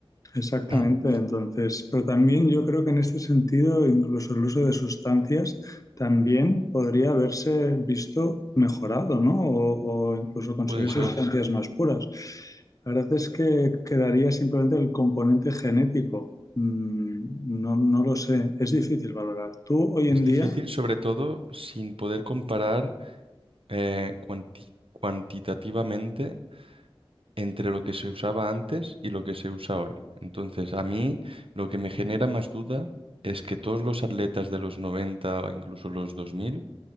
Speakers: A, on the left; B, on the right.
A: Exactamente,
B: <clears throat>
A: entonces, pero también yo creo que en este sentido, incluso el uso de sustancias también podría haberse visto mejorado, ¿no? O, o incluso conseguir
B: Puede ser.
A: sustancias más puras. La verdad es que quedaría simplemente el componente genético. Mm, No, no lo sé, es difícil valorar. Tú hoy
B: Es
A: en
B: difícil,
A: día,
B: sobre todo, sin poder comparar eh, cuanti- cuantitativamente entre lo que se usaba antes y lo que se usa ahora. Entonces, a mí lo que me genera más duda es que todos los atletas de los 90 o incluso los 2000